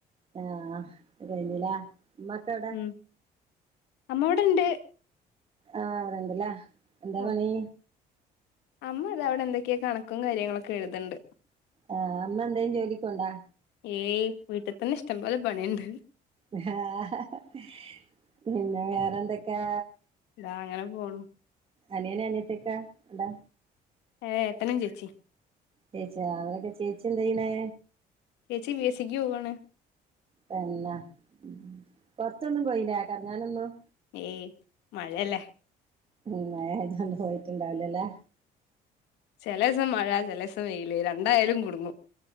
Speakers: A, on the right; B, on the left.
A: ആ കഴിഞ്ഞു ല്ലെഉമ്മക്കെ എവടെ
B: ഉം അമ്മ ഇവിടെണ്ട്
A: ആഹ് അവിടെണ്ടല്ലേ എന്താ
B: ഓ
A: പണി
B: അമ്മ അത അവിടെ എന്തൊക്കെയാ കണക്കും കാര്യങ്ങളൊക്കെ എഴുതുന്നുണ്ട്
A: ആഹ് അമ്മ എന്തേലും ജോലിക്ക് പോണുണ്ടോ
B: ഏയ് വീട്ടിൽ തന്നെ ഇഷ്ടം പോലെ പണിയുണ്ട്
A: ആ ഹ ഹ പിന്നെ വേറെന്തെക്കെ
B: ല്ലാ അങ്ങനെ പോണു
A: അനിയന അനിയത്തിക്കാ ണ്ടാ
B: ഏ ഏട്ടനും ചേച്ചി
A: ചേച്ചാ അവളെക്കെ ചേച്ചി എന്ത് ചെയ്യണേ
B: ചേച്ചി ബി. എ സിക്ക് പോവാണ്
A: തന്ന മ് പുറത്തോന്നുംപോയില്ലെകറങ്ങാൻഒന്നും
B: ഏയ് മഴയല്ലേ
A: ഉം മഴആയത്കൊണ്ട്പോയിട്ട്ഇണ്ടാവില്ലല്ലേ
B: ചെലസം മഴ ചെലസം വെയിൽ ലെ രണ്ടായാലുംകുടുങ്ങും